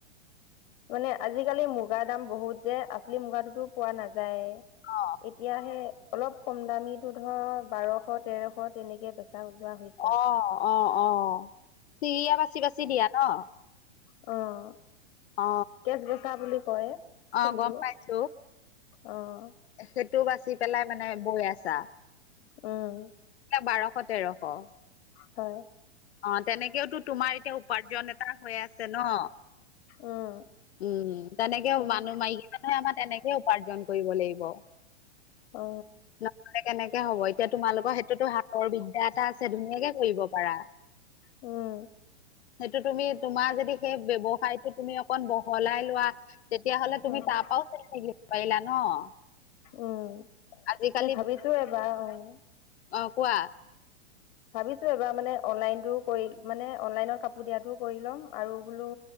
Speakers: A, on the left; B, on the left.
A: মানে আজিকালি মুগাৰ দাম বহুত যে আচলি মুগাটোতো পোৱা নাযায়ে।
B: অ
A: এতিয়াহে অলপ ক'ম দামীটো ধৰ বাৰশ তেৰশ তেনেকে বেচা যোৱা হৈ।
B: অ', অ', অ', চিৰিয়া বাচি বাচি দিয়া ন'?
A: অ'।
B: অ
A: কেচবচা বুলি কয়
B: অ
A: ফুলটো
B: গম পাইছো
A: অ'।
B: সেইটো বাচি পেলাই মানে বৈ আছা?
A: উম।
B: বাৰশ তেৰশ।
A: হয়।
B: অ', তেনেকেওতো তোমাৰ এতিয়া উপাৰ্জন এটা হৈ আছে ন'।
A: উম
B: উম। তেনেকে
A: হয়
B: মানুহ মাইকী মানুহে আমাৰ তেনেকেই উপাৰ্জন কৰিব লাগিব।
A: অ
B: নহ'লে কেনেকে হ'ব, এতিয়া তোমালোকৰ সেইটোতো হাতৰ বিদ্যা এটা আছে ধুনীয়াকে কৰিব পাৰা।
A: উম।
B: সেইটো তুমি তোমাৰ যদি সেই ব্যৱসায়টো তুমি অকণ বহলাই লোৱা। তেতিয়া হ'লে
A: হয়
B: তুমি তাৰপৰাও চলি থাকিব পাৰিলা ন'?
A: উম,
B: আজিকালি
A: সেই ভাবিছোঁ এবাৰ উম।
B: অ কোৱা
A: ভাবিছোঁ এবাৰ মানে অনলাইনটো কৰি মানে অনলাইন কাপোৰ দিয়াতো কৰি ল'ম আৰু বোলোঁ